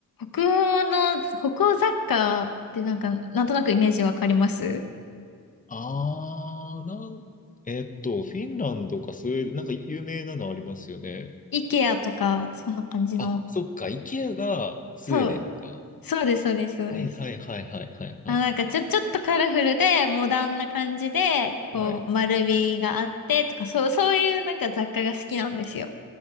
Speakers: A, on the left; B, on the left.
A: 北欧の、北欧雑貨ってなんか、なんとなくイメージわかります
B: あー、なん、えっと、フィンランドかスウェーデン、なんか有名なのありますよね。
A: ?IKEA とか、そんな感じの。
B: あ、そっか、イケアがスウェーデンか。
A: そう、そうです、そうです、そうです。
B: はいはいはいはいはいはい。
A: あ、なんかちょ、ちょっとカラフルで、モダンな感じで、
B: はい
A: こう、丸みがあってとか、そう、そういうなんか雑貨が好きなんですよ。